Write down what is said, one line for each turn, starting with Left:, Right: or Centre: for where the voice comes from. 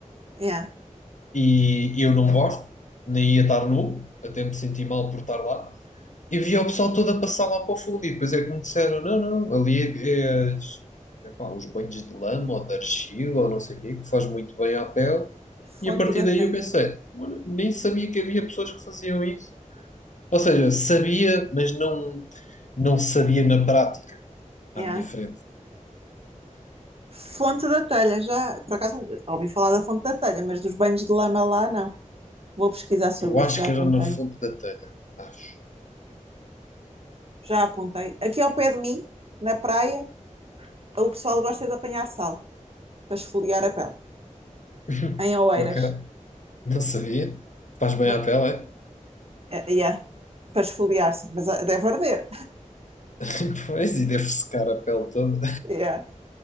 Right: yeah.
Left: e eu não gosto, nem ia estar nu, até me senti mal por estar lá. E via o pessoal todo a passar lá para o fundo e depois é que me disseram, não, não, ali é, é as- epá, os banhos de lama ou de argila ou não sei o quê, que faz muito bem à pele.
Right: Fonte
Left: E a partir
Right: da
Left: daí
Right: telha.
Left: eu pensei, "Mano, nem sabia que havia pessoas que faziam isso. Ou seja, sabia, mas não, não sabia na prática
Right: Yeah.
Left: à minha frente.
Right: Fonte da telha, já. Por acaso não- ouvi falar da fonte da telha, mas dos banhos de lama lá, não. Vou pesquisar sobre
Left: Eu acho
Right: isso, já
Left: que
Right: apontei.
Left: era no fundo da telha. Acho.
Right: já apontei. Aqui ao pé de mim, na praia, o pessoal gosta de apanhar sal para esfoliar a pele.
Left: <laughs>
Right: Em Oeiras.
Left: Ok. Não sabia. Faz bem
Right: Mas,
Left: à pele, é?
Right: eh, yeah, para esfoliar, sim, mas ah, deve arder.
Left: <laughs> Pois, e deve secar a pele toda.
Right: Yeah.